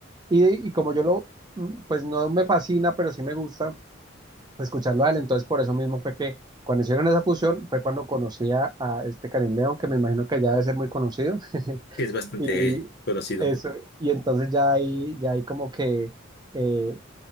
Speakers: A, on the right; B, on the left.
A: Y, y como yo lo, mm, pues no me fascina, pero sí me gusta escucharlo a él. Entonces por eso mismo fue que cuando hicieron esa fusión fue cuando conocía a a este Karim León, que me imagino que ya debe ser muy conocido. <laughs>
B: Sí, es bastante
A: Y
B: conocido.
A: eso, y entonces ya ahí, ya ahí como que eh,